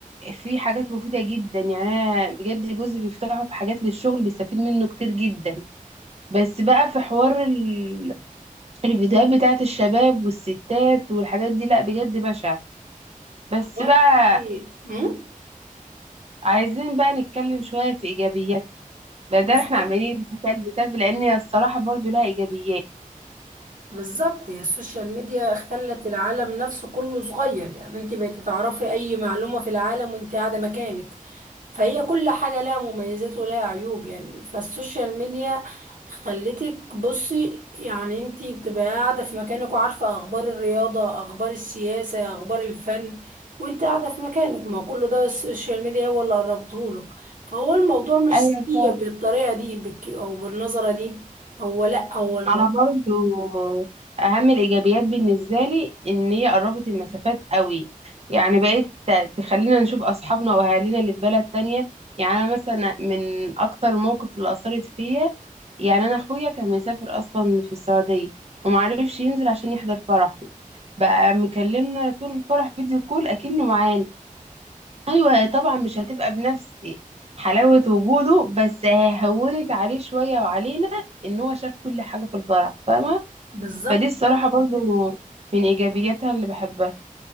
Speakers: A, on the right; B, on the right.
A: في حاجات مفيدة جدا يعني انا بجد جوزي بيفتحه في حاجات للشغل بيستفيد منه كتير جدا بس بقى في حوار ال... الفيديوهات بتاعت الشباب والستات والحاجات دي لا بجد بشع بس
B: دلوقتي
A: بقى
B: مم؟
A: عايزين بقى نتكلم شوية في ايجابيات بدل
B: بالظبط
A: احنا عمالين بسلب بسلب لان هي الصراحه برضو لها ايجابيات
B: بالظبط هي السوشيال ميديا خلت العالم نفسه كله صغير يعني انت بقيتي تعرفي اي معلومة في العالم وانت قاعدة مكانك فهي كل حاجة لها مميزات ولها عيوب يعني فالسوشيال ميديا خلتك بصي يعني انتي بتبقى قاعدة في مكانك وعارفة اخبار الرياضة اخبار السياسة اخبار الفن وانت قاعدة في مكانك ما كل ده السوشيال ميديا هو اللي قربتهولك فهو الموضوع مش
A: ايوه
B: سيء
A: فعلا
B: بالطريقة دي بك او بالنظرة دي هو لا هو الموضوع
A: انا برضو اهم الايجابيات بالنسبه لي ان هي قربت المسافات قوي يعني بقيت ت- تخلينا نشوف اصحابنا واهالينا اللي في بلد تانية يعني انا مثلا من اكتر الموقف اللي اثرت فيا يعني انا اخويا كان مسافر اصلا في السعوديه ومعرفش ينزل عشان يحضر فرحي بقى مكلمنا طول الفرح فيديو كول اكنه معانا ايوه طبعا مش هتبقى بنفس حلاوة وجوده بس ههونت عليه شوية وعلينا ان هو شاف كل حاجة في الفرح فاهمة
B: بالظبط
A: فدي الصراحة برضو من ايجابياتها اللي بحبها